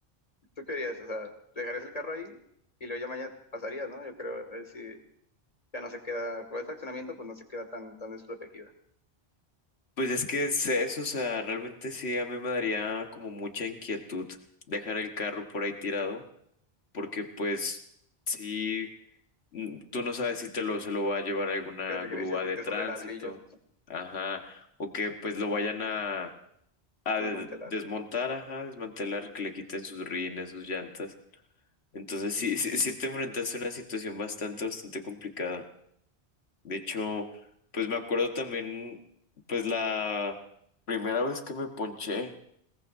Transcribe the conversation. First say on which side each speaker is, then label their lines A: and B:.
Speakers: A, on the left (about 35°); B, on the left (about 90°).
A: tú querías, o sea, dejarías el carro ahí y luego ya mañana pasarías, ¿no? Yo creo, a ver si ya no se queda, con ese accionamiento, pues no se queda tan, tan desprotegida.
B: pues es que es eso, o sea, realmente sí, a mí me daría como mucha inquietud dejar el carro por ahí tirado, porque pues sí, mm, tú no sabes si te lo, se lo va a llevar alguna
A: Que regreses
B: grúa
A: y esté
B: de tránsito,
A: sobre ladrillos,
B: ajá, o que pues lo vayan a, a
A: desmantelar.
B: de- desmontar, ajá, desmantelar, que le quiten sus rines, sus llantas. Entonces sí, <laughs> sí, sí te enfrentaste a una situación bastante, bastante complicada. De hecho, pues me acuerdo también, pues la primera vez que me ponché